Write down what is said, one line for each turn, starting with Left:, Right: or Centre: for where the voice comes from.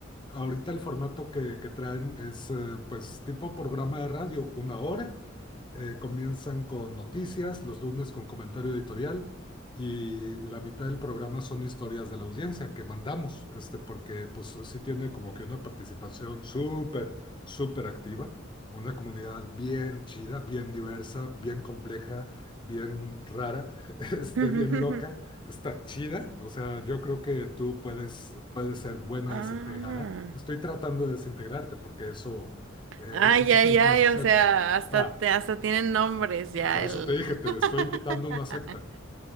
Left: ahorita el formato que, que traen es eh, pues tipo programa de radio, una hora, eh, comienzan con noticias, los lunes con comentario editorial y la mitad del programa son historias de la audiencia que mandamos, este, porque pues sí tiene como que una participación súper, súper activa, una comunidad bien chida, bien diversa, bien compleja, bien rara, <laughs> este,
Right: <laughs>
Left: bien loca, está chida, o sea, yo creo que tú puedes, puedes ser buena
Right: Ah.
Left: desintegrada. Estoy tratando de desintegrarte porque eso... eh,
Right: Ay,
Left: e, Ese
Right: ay,
Left: es el
Right: ay,
Left: concepto.
Right: o sea, hasta
Left: Ah.
Right: te- hasta tienen nombres ya
Left: Por
Right: el
Left: eso te dije, te
Right: <laughs>
Left: estoy invitando a una secta.